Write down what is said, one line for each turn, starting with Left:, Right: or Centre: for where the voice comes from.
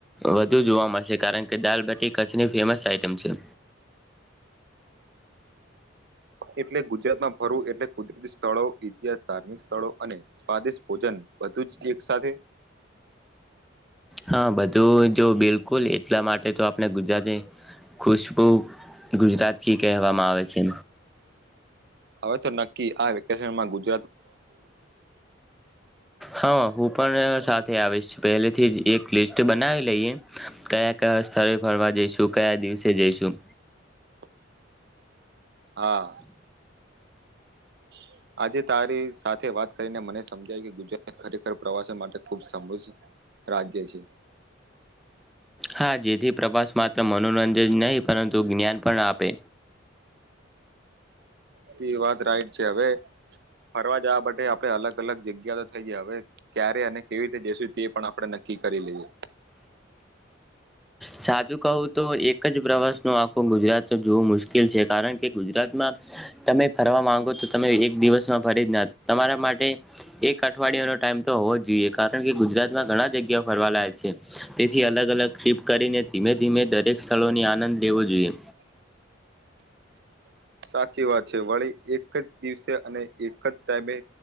Centre: વધુ જોવા મળશે કારણ કે દાલબટી કચ્છની ફેમસ આઈટમ છે.
Right: એટલે ગુજરાતમાં ફરવું એટલે કુદરતી સ્થળો ઇતિહાસ ધાર્મિક સ્થળો અને સ્વાદિષ્ટ ભોજન બધું જ એક સાથે.
Centre: હા બધું જો બિલકુલ એટલા માટે તો આપણે ગુજરાતે ખુશબુ ગુજરાતથી કહેવામાં આવે છે.
Right: હવે તો નક્કી આ વેકેશનમાં ગુજ
Centre: હા હું પણ સા તે આવેશ પહેલેથી એક લિસ્ટ બનાવી લઈએ કયા કયા સ્થળ ફરવા જઈશું કયા દીવ દિવસે જઈશું.
Right: <inaudible> હા. <inaudible> આજે તારી સાથે વાત કરીને મને સમજાય કે ગુજરાત ખરેખર પ્રવાસન માટે ખુબ સમૃદ્ધ રાજ્ય છે.
Centre: હા જેથી પ્રવાસ માત્ર મનોરંજન નહીં પરંતુ જ્ઞાન પણ આપે.
Right: તે વાત રાઈટ છે હવે ફરવા જવા માટે આપડે અલગ-અલગ જગ્યા જગ્યા તો થઈ જાય હવે ક્યારે અને કેવી રીતે જશું તે પણ આપડણે નક્કી કરી લઈએ. <inaudible>
Centre: સાત સાચું કહું તો એક જ પ્રવાસનો આખું ગુજરાત જોવું મુશ્કેલ છે કારણ કે ગુજરાતમાં તમે ફરવા માંગો તો તમે એક દિવસમાં ફરી જ ના તમારા માટે એક અઠવાડિયાનો ટાઈમ તો હોવો જ જોઈએ કારણ કે ગુજરાતમાં ઘણા જગ્યાઓ ફરવા લાયક છે તેથી અલગ-અલગ ટ્રીપ કરીને ધીમે ધીમે દરેક સ્થળોની આનંદ લેવો જોઈએ.
Right: <inaudible> સાચી વાત છે વળી એક જ દિવસે અને એક જ ટાઈમે